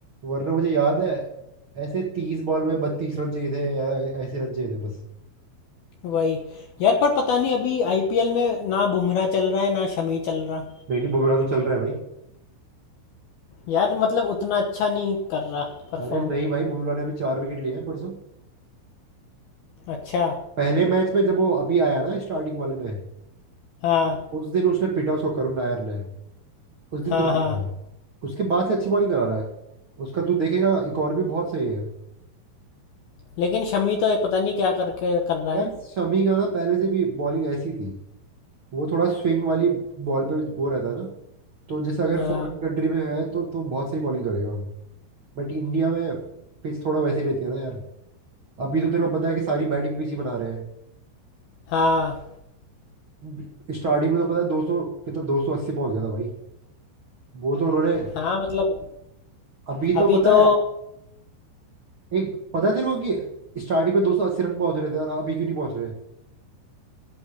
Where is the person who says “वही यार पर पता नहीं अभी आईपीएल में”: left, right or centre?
Left